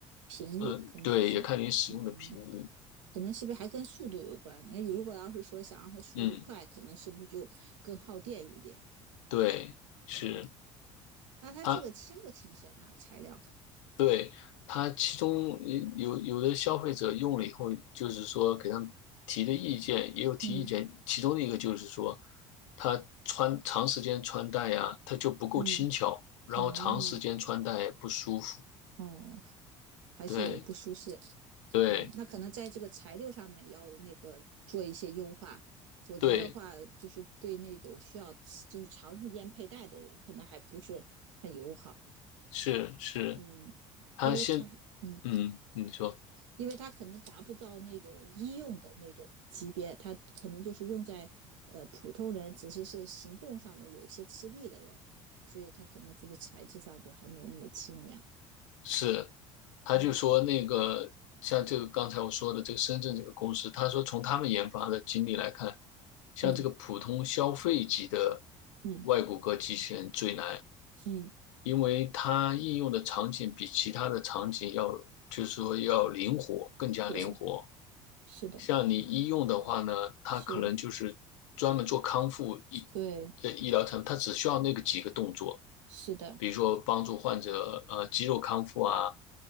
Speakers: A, on the right; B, on the left.
A: 频率可能是，
B: 嗯、对，也看你使用的频率，
A: 嗯，可能是不是还跟速度有关？你看如果要是说想让它速度快，
B: 嗯，
A: 可能是不是就更耗电一点？
B: 对，是
A: 嗯，那它这个轻不轻省呢？
B: 它
A: 材料？
B: 对，他，其中有有有的消费者用了以后，就是说给他们提的意见也有提意见，
A: 嗯
B: 其中的一个就是说，他穿长时间穿戴呀，他就不够轻巧，
A: 嗯，
B: 然后长时间穿戴也不舒服。
A: 哦哦，还是有不舒适。
B: 对对
A: 嗯，那可能在这个材料上面要那个做一些优化，否则的话，
B: 对，
A: 就是对那种需要就是长时间佩戴的人，可能还不是很友好。
B: 是是，
A: 嗯，
B: 他先
A: 因为它，嗯，
B: 嗯，你说。
A: 因为它可能达不到那种医用的那种级别，它可能就是用在呃普通人，只是是行动上面有些吃力的人，所以它可能这个材质上就还没有那么清凉。
B: 是，他就说那个像这个刚才我说的这个深圳这个公司，
A: 嗯
B: 他说从他们研发的经历来看，像这个普通消费级的
A: 嗯嗯
B: 外骨骼机器人最难，
A: 嗯，
B: 因为它应用的场景比其他的场景要，就是说要灵活，更加灵活。
A: 对，是的，
B: 像你医用的话呢，它可能就是专门做康复医的医疗产品，
A: 是，对，
B: 它只需要那个几个动作，
A: 是的。
B: 比如说帮助患者呃肌肉康复啊。